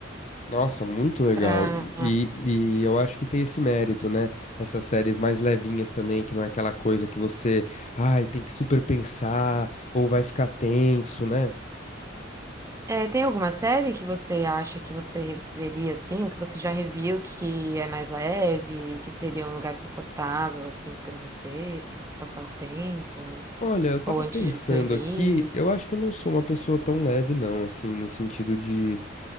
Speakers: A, on the left; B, on the right.
A: Nossa, muito legal.
B: Pra...
A: E, e, e eu acho que tem esse mérito, né? Essas séries mais levinhas também, que não é aquela coisa que você, ai, tem que super pensar, ou vai ficar tenso, né?
B: É, tem alguma série que você acha que você reveria assim, ou que você já reviu que é mais leve, que seria um lugar confortável assim para você, para você passar o tempo?
A: Olha, eu tava
B: Ou antes
A: pensando
B: de dormir.
A: aqui, eu acho que eu não sou uma pessoa tão leve, não, assim, no sentido de.